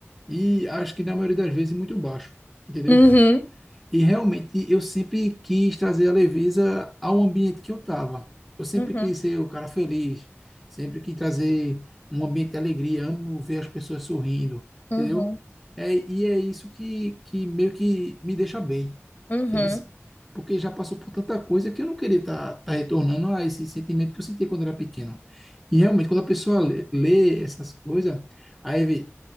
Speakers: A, in the centre; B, on the left.
A: e acho que na maioria das vezes muito baixo, entendeu?
B: Uhum.
A: E realmente eu sempre quis trazer a leveza ao ambiente que eu estava. Eu sempre
B: Uhum,
A: quis ser o cara feliz, sempre quis trazer um ambiente de alegria, amo ver as pessoas sorrindo,
B: uhum,
A: entendeu? É, e é isso que, que meio que me deixa bem,
B: uhum,
A: entendeu? Porque já passou por tanta coisa que eu não queria estar tá, tá retornando a esse sentimento que eu senti quando era pequeno. E realmente, quando a pessoa lê, lê essas coisas, aí vê,